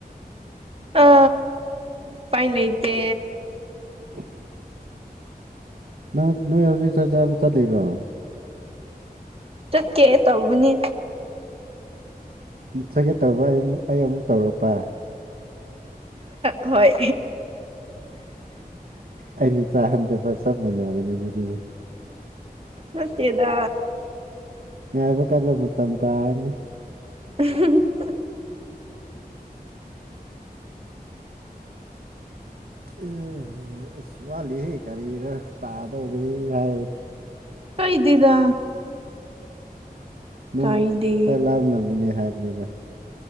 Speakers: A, on the right (about 35°); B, on the right (about 65°).
A: ꯑ ꯎꯄꯥꯏ ꯂꯩꯇꯦ꯫
B: ꯑ <unintelligible> ꯅꯪ ꯅꯣꯏ ꯍꯧꯖꯤꯛ ꯆꯆꯥꯕ ꯆꯠꯂꯤꯔꯣ
A: ꯆꯠꯀꯦ ꯇꯧꯕꯅꯤ꯫
B: ꯆꯠꯒꯦ ꯇꯧꯕ ꯑꯩꯛ ꯑꯩ ꯑꯃꯨꯛ ꯇꯧꯔꯛꯄ
A: ꯍꯣꯏ
B: ꯑꯩꯅ ꯆꯥꯍꯟꯗꯕ ꯆꯞ ꯃꯥꯟꯅꯔꯦꯅꯦ ꯑꯗꯨꯗꯤ
A: ꯅꯠꯇꯦꯗ
B: ꯉꯥꯏꯕ ꯀꯜꯂ ꯃꯇꯝ ꯇꯥꯔꯅꯤ
A: ꯎ <unintelligible>
B: ꯑꯦ ꯋꯥꯠꯂꯤꯍꯩ ꯀꯔꯤꯅ ꯇꯥꯗꯧꯔꯤ ꯍꯥꯏ
A: ꯀꯩꯗꯦꯗ꯫
B: ꯅꯪ
A: ꯀꯥꯏꯗꯦ
B: ꯆꯥꯛ ꯂꯥꯝ ꯂꯝꯒꯅꯤ ꯍꯥꯏꯕꯅꯤꯗ꯫